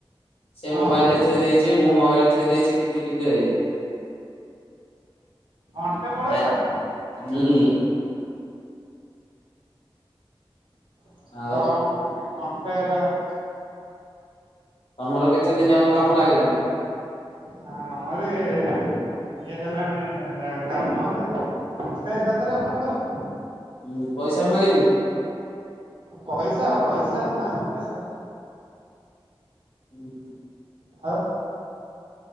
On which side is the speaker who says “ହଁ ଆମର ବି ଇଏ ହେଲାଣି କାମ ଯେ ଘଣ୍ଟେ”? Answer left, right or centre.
Right